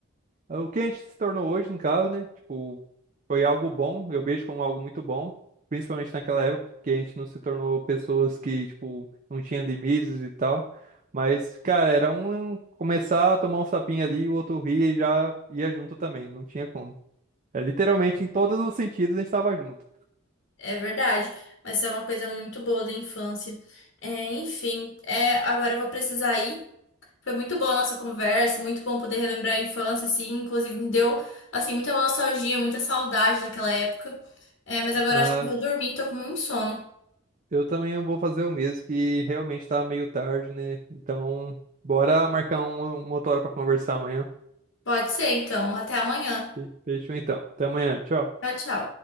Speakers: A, on the right (about 40°); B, on the left (about 80°).
A: o que a gente se tornou hoje, no caso, né? Tipo, foi algo bom, eu vejo como algo muito bom, principalmente naquela época, porque a gente não se tornou pessoas que, tipo, não tinha limites e tal. Mas, cara, era um um começar a tomar um tapinha ali, o outro ria e já ia junto também, não tinha como. É, literalmente, em todos os sentidos, a gente tava junto.
B: É verdade, mas é uma coisa muito boa da infância. É, enfim, é, agora eu vou precisar ir. Foi muito boa a nossa conversa, muito bom poder relembrar a infância, assim, inclusive me deu, assim, muita nostalgia, muita saudade daquela época. É, mas agora
A: Na...
B: acho que eu vou dormir, tô com muito sono.
A: Eu também vou fazer o mesmo, que realmente tá meio tarde, né? Então, bora marcar um, uma outra hora pra conversar amanhã.
B: Pode ser, então. Até amanhã.
A: Fe- Fechou então. Até amanhã, tchau.
B: Tchau, tchau.